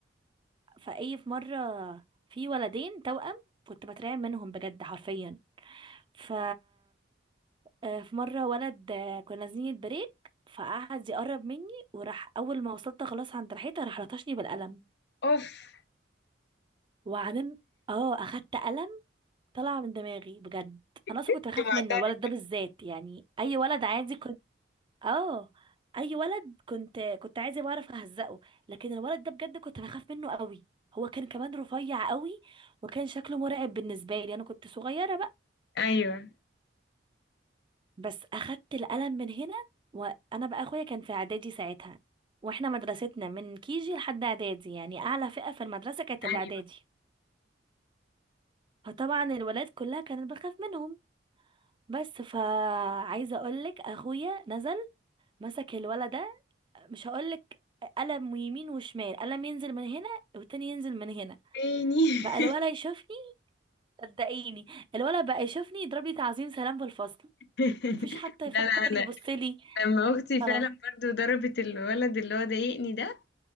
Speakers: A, on the right (about 25°); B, on the left (about 65°).
A: فاي في مره في ولدين توأم كنت بترعب منهم بجد حرفيا ف آه، في مره ولد آه، كنا نازلين البريك فقعد يقرب مني وراح اول ما وصلت خلاص عند ريحتها راح لطشني بالقلم
B: اوف
A: وعلم اه اخدت قلم طلع من دماغي بجد انا اصلا
B: كنت
A: كنت بخاف
B: معترف
A: منه الولد ده بالذات يعني اي ولد عادي اه اي ولد كنت كنت عايزه بعرف اهزقه لكن الولد ده بجد كنت بخاف منه قوي هو كان كمان رفيع قوي وكان شكله مرعب بالنسبه لي انا كنت صغيره بقى
B: ايوه
A: بس اخدت القلم من هنا وانا بقى اخويا كان في اعدادي ساعتها واحنا مدرستنا من كيجي لحد اعدادي يعني اعلى فئه في المدرسه كانت
B: ايوه
A: الاعدادي فطبعا الولاد كلها كانت بخاف منهم بس فعايزه اقولك اخويا نزل مسك الولد مش هقولك قلم يمين وشمال قلم ينزل من هنا والتاني ينزل من هنا
B: تاني
A: بقى الولا يشوفني صدقيني الولا بقى يشوفني يضرب لي تعظيم سلام في الفصل
B: <laughs>
A: مفيش حتى
B: لا
A: يفكر
B: لا لا
A: يبص لي
B: لما اختي
A: انا
B: فعلا برضو ضربت الولد اللي هو ضايقني ده